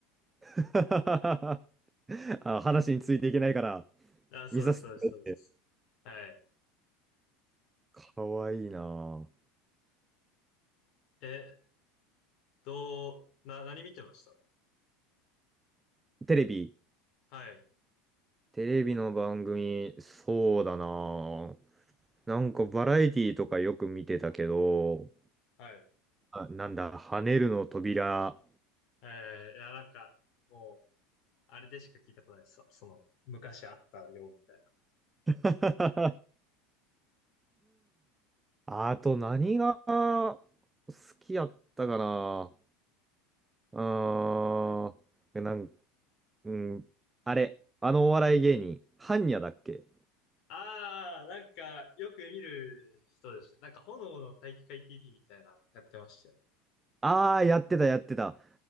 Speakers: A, on the right; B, on the left.
A: <laughs> あ、話についていけないから、
B: た。あ、そうです、
A: 見させてくれって。
B: そうです、そうです。はい。
A: かわいいな
B: え、どう、な、何見てました
A: あ。テレビ。
B: はい、
A: テレビの番組、そうだなあ。なんかバラエティとかよく見てたけど、
B: はい。
A: あ、なんだ、跳ねるの扉。
B: えー、いや、なんか、もう、あれでしか聞いたことないですわ。その、昔あったよ、みたいな。
A: <laughs> あと何が好きやったかな。うーん。なん、うん。あれ、あのお笑い芸人、ハンニャだっけ
B: ああ、なんか、よく見る人でした。なんか、炎の体育会 TV みたいな、やってまして。
A: ああー、やってた、やってた。